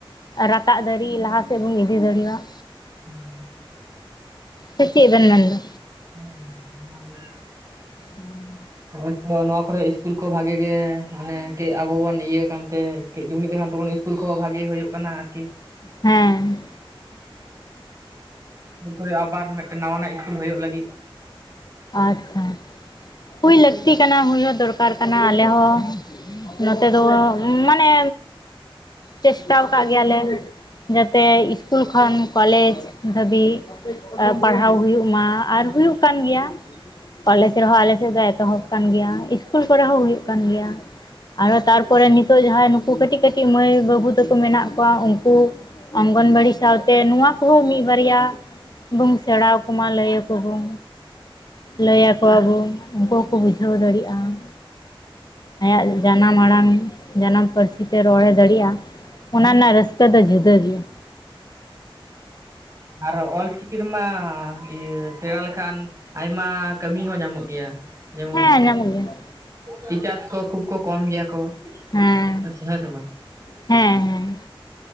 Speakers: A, on the left; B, on the right.
A: ᱨᱟᱠᱟᱵ ᱫᱟᱲᱮᱜ ᱞᱟᱦᱟ ᱥᱮᱫ ᱵᱚᱱ ᱤᱫᱤ ᱫᱟᱲᱮᱭᱟᱜ
B: ᱦᱩᱸ
A: ᱥᱮ ᱪᱮᱫ ᱵᱮᱱ ᱢᱮᱱᱫᱟ?
B: ᱦᱮᱸ ᱦᱮᱸ ᱱᱚᱣᱟ ᱜᱮ।
A: ᱦᱩᱸ।
B: ᱦᱳᱭᱛᱚ ᱱᱚᱣᱟ ᱠᱚᱨᱮ ᱤᱥᱠᱩᱞ ᱠᱚ ᱵᱷᱟᱜᱮ ᱜᱮ ᱢᱟᱱᱮ ᱠᱮ ᱟᱵᱚ ᱵᱚᱱ ᱤᱭᱟᱹ ᱠᱟᱱ ᱛᱮ ᱠᱟᱹᱡ ᱡᱩᱢᱤᱫ ᱟᱠᱟᱱ ᱛᱟᱵᱚᱱ ᱤᱥᱠᱩᱞ ᱠᱚᱦᱚᱸ ᱵᱷᱟᱜᱮ ᱦᱳᱭᱳᱜ ᱠᱟᱱᱟ ᱟᱨᱠᱤ।
A: ᱦᱮᱸ।
B: ᱥᱩᱨ ᱠᱚᱨᱮ ᱟᱵᱟᱨ ᱢᱤᱫᱴᱮᱱ ᱱᱟᱣᱟᱱᱟᱜ ᱤᱥᱠᱩᱞ ᱦᱳᱭᱳᱜ ᱞᱟᱹᱜᱤᱫ
A: ᱟᱪᱪᱷᱟ। ᱦᱩᱭ ᱞᱟᱹᱠᱛᱤ ᱠᱟᱱᱟ ᱦᱩᱭ ᱫᱚᱨᱠᱟᱨ ᱠᱟᱱᱟ ᱟᱞᱮ ᱦᱚᱸ ᱱᱚᱛᱮ ᱫᱚ ᱢᱟᱱᱮ ᱪᱮᱥᱴᱟᱣ ᱟᱠᱟᱫ ᱜᱮᱭᱟᱞᱮ ᱡᱟᱛᱮ ᱤᱥᱠᱩᱞ ᱠᱷᱚᱱ ᱠᱚᱞᱮᱡᱽ ᱫᱷᱟᱹᱵᱤᱡ ᱯᱟᱲᱦᱟᱣ ᱦᱩᱭᱩᱜ ᱢᱟ ᱟᱨ ᱦᱩᱭᱩᱜ ᱠᱟᱱ ᱜᱮᱭᱟ। ᱠᱚᱞᱮᱡᱽ ᱨᱮᱦᱚᱸ ᱟᱞᱮ ᱥᱮᱫ ᱫᱚ ᱮᱛᱚᱦᱚᱵ ᱠᱟᱱ ᱜᱮᱭᱟ ᱤᱥᱼ ᱤᱥᱠᱩᱞ ᱠᱚᱨᱮ ᱦᱚᱸ ᱦᱩᱭᱩᱜ ᱠᱟᱱ ᱜᱮᱭᱟ, ᱟᱨᱚ ᱛᱟᱨᱯᱚᱨᱮ ᱱᱤᱛᱚᱜ ᱡᱟᱦᱟᱸᱭ ᱱᱩᱠᱩ ᱠᱟᱹᱴᱤᱡ ᱠᱟᱹᱴᱤᱡ ᱢᱟᱹᱭ ᱵᱟᱹᱵᱩ ᱛᱟᱠᱚ ᱢᱮᱱᱟᱜ ᱠᱚᱣᱟ ᱩᱱᱠᱩ ᱚᱝᱜᱚᱱᱵᱟᱲᱤ ᱥᱟᱶᱛᱮ ᱱᱚᱣᱟ ᱠᱚᱦᱚᱸ ᱢᱤᱫ ᱵᱟᱨᱭᱟ ᱵᱩᱱ ᱥᱮᱸᱲᱟᱣ ᱟᱠᱚᱢᱟ ᱞᱟᱹᱭ ᱟᱠᱚ ᱵᱩᱱ। ᱞᱟᱹᱭ ᱟᱠᱚᱣᱟ ᱵᱚᱱ ᱩᱱᱠᱩ ᱦᱚᱸᱠᱚ ᱵᱩᱡᱷᱟᱹᱣ ᱫᱟᱲᱮᱜᱼᱟ। ᱟᱭᱟᱜ ᱡᱟᱱᱟᱢ ᱟᱲᱟᱝ ᱡᱟᱱᱟᱢ ᱯᱟᱹᱨᱥᱤ ᱛᱮ ᱨᱚᱲᱮ ᱫᱟᱲᱮᱜᱼᱟ ᱚᱱᱟ ᱨᱮᱱᱟᱜ ᱨᱟᱹᱥᱠᱟᱹ ᱠᱟᱹ ᱫᱚ ᱡᱩᱫᱟᱹ ᱜᱮᱭᱟ।
B: ᱟᱨᱚ ᱚᱞ ᱪᱤᱠᱤ ᱨᱮᱢᱟ ᱤᱭᱟᱹ ᱥᱮᱲᱟ ᱞᱮᱠᱷᱟᱱ ᱟᱭᱢᱟ ᱠᱟᱹᱢᱤ ᱦᱚᱸ ᱧᱟᱢᱚᱜ ᱜᱮᱭᱟ। ᱡᱮᱢᱚᱱ
A: ᱦᱮᱸ ᱧᱟᱢᱚᱜ ᱜᱮᱭᱟ
B: ᱴᱤᱪᱟᱨᱥ ᱠᱚ ᱠᱷᱩᱵ ᱠᱚ ᱠᱚᱢ ᱜᱮᱭᱟ ᱠᱚ
A: ᱦᱮᱸ
B: ᱟᱪᱪᱷᱟ ᱦᱮᱸ ᱥᱮ ᱵᱟᱝ?
A: ᱦᱮᱸ ᱦᱮᱸ।